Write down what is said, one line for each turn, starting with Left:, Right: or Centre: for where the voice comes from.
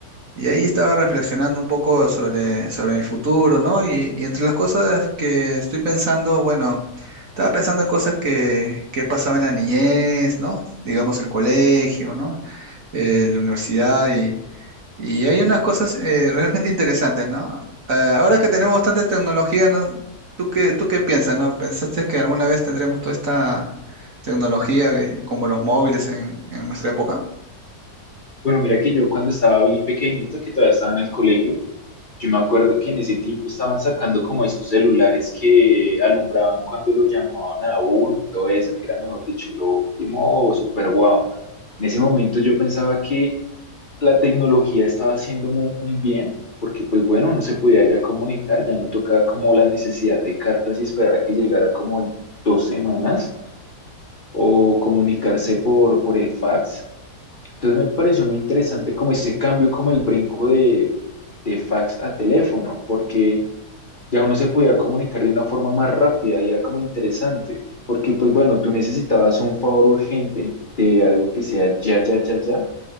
Right: y ahí estaba reflexionando un poco sobre, sobre mi futuro, ¿no? Y, y entre las cosas que estoy pensando, bueno, estaba pensando en cosas que, que he pasado en la niñez, ¿no? Digamos el colegio, ¿no? Eh, la universidad Y hay unas cosas eh, realmente interesantes, ¿no? Eh, ahora que tenemos bastante tecnología, ¿no? ¿Tú qué, tú qué piensas, no? ¿Pensaste que alguna vez tendremos toda esta tecnología que- como los móviles en, en nuestra época?
Left: Bueno, mira que yo cuando estaba bien pequeñito, que todavía estaba en el colegio, yo me acuerdo que en ese tiempo estaban sacando como esos celulares que alumbraban cuando lo llamaban a uno y todo eso, que era mejor dicho, lo último o super guau. En ese momento yo pensaba que la tecnología estaba haciendo un, un bien, porque pues bueno, uno se podía ya comunicar, ya no tocaba como la necesidad de cartas y esperar a que llegara como en dos semanas o comunicarse por, por el fax. Entonces me pareció muy interesante como ese cambio, como el brinco de, de fax a teléfono, porque ya uno se podía comunicar de una forma más rápida y era como interesante, porque pues bueno, tú necesitabas un favor urgente de algo que sea ya, ya, ya, ya.